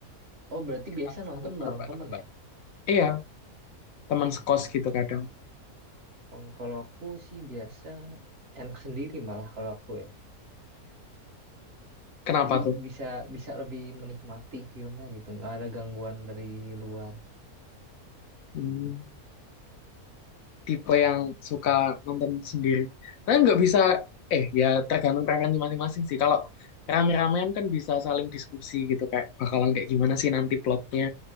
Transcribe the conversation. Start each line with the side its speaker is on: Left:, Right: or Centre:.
Right: oh berarti
Left: Kita
Right: biasa
Left: saling
Right: nonton
Left: menebak-nebak.
Right: bareng temen ya?
Left: Iya. teman sekos gitu kadang.
Right: Oh, kalau aku sih biasa enak sendiri malah kalau aku ya.
Left: Kenapa
Right: Jadi
Left: tuh?
Right: bisa bisa lebih menikmati filmnya gitu, nggak ada gangguan dari luar.
Left: Hmm, tipe yang suka nonton sendiri. Karena nggak bisa, eh ya tergantung preferensi masing-masing sih. Kalau rame-ramean kan bisa saling diskusi gitu kayak bakalan kayak gimana sih nanti plotnya.